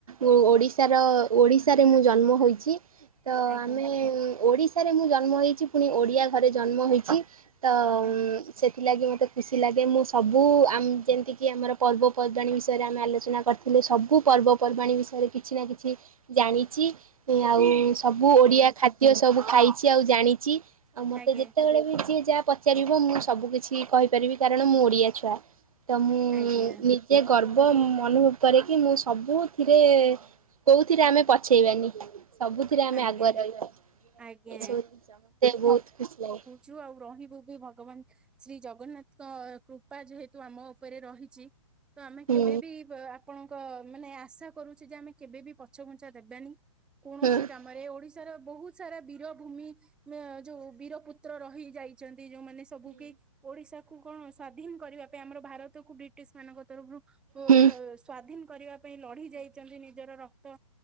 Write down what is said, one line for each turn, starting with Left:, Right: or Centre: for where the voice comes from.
Right: ଉ ଓଡିଶାର ଓଡିଶାରେ ମୁଁ ଜନ୍ମ ହୋଇଛି। ତ
Centre: ଆଜ୍ଞା
Right: ଆମେ ଉଁ ଓଡିଶାରେ ମୁଁ ଜନ୍ମ ହେଇଚି ପୁଣି ଓଡିଆ ଘରେ ଜନ୍ମ ହେଇଚି। ତ
Centre: ଆଜ୍ଞା
Right: ଉଁ ସେଥିଲାଗି ମତେ ଖୁସି ଲାଗେ ମୁଁ ସବୁ ଆମ୍ ଯେମତିକି ଆମର ପର୍ବପର୍ବାଣୀ ବିଷୟରେ ଆମେ ଆଲୋଚନା କରିଥିଲୁ ସବୁ ପର୍ବପର୍ବାଣୀ ବିଷୟରେ କିଛି ନା କିଛି ଜାଣିଚି ଉଁ ଆଉ ସବୁ
Centre: ଆଜ୍ଞା
Right: ଓଡିଆ ଖାଦ୍ୟ ସବୁ ଖାଇଚି ଆଉ ଜାଣିଚି ଆଉ
Centre: ଆଜ୍ଞା
Right: ମତେ ଯେତେବେଳେ
Centre: ଆଜ୍ଞା
Right: ବି ଯିଏ ଯା ପ ଚାରିବ ମୁଁ ସବୁକିଛି କହିପାରିବି କାରଣ ମୁଁ ଓଡିଆ ଛୁଆ ତ ମୁଁ
Centre: ଆଜ୍ଞା
Right: ନି ଜେ ଗର୍ବ ଉଁ ଅନୁଭବ କରେ କି ମୁଁ ସବୁଥିରେ କୋଉଥିରେ ଆମେ ପଛେଇବାନି। ସବୁଥିରେ ଆମେ
Centre: ଆଜ୍ଞା
Right: ଆଗୁଆ ରଇବା ଏସବୁ
Centre: ଆଜ୍ଞା
Right: ଜିନିଷ ମତେ ବୋହୁତ ଖୁସି ଲାଗେ।
Centre: ଯୁ ଆଉ ରହିବୁ ବି ଭଗବାନ୍ ଶ୍ରୀ ଜଗନ୍ନାଥଙ୍କ କୃପା ଯେହେତୁ ଆମ ଉପେରେ ରହିଚି ତ ଆମେ
Right: ହୁଁ
Centre: କେବେ ବି ବ ଆପଣ କ ମାନେ ଆଶା କରୁଛୁ ଯେ ଆମେ କେବେ ବି ପଛଘୁଞ୍ଚା ଦେବାନି କୋଣସି
Right: ହୁଁ
Centre: ଆମର ଏ ଓଡିଶାର ବୋହୁତ ସାରା ବୀରଭୂମି ବା ଯୋଉ ବୀରପୁତ୍ର ରହି ଯାଇଛନ୍ତି ଯେଉଁମାନେ ତବୁକି ଓଡିଶାକୁ କଁ ସ୍ଵାଧୀନ୍ କରିବା ପାଇଁ ଆମର ଭାରତକୁ ବ୍ରିଟିଶମାନଙ୍କ ତରଫରୁ
Right: ହୁଁ
Centre: ସ୍ଵାଧୀନ କରିବା ପାଇଁ ଲଢି ଯାଇଛନ୍ତି ନିଜର ର ତ